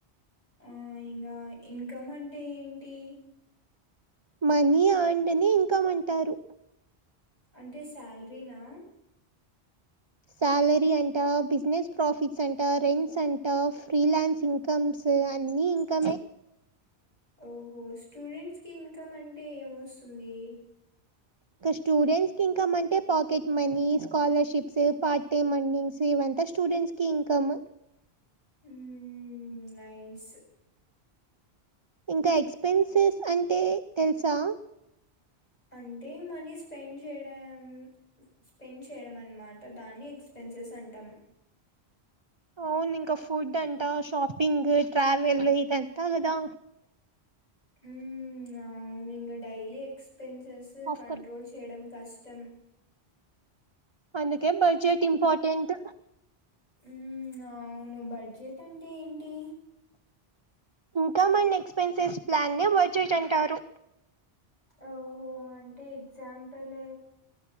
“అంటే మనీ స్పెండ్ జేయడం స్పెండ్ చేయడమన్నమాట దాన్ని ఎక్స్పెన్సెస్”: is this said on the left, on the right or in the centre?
Left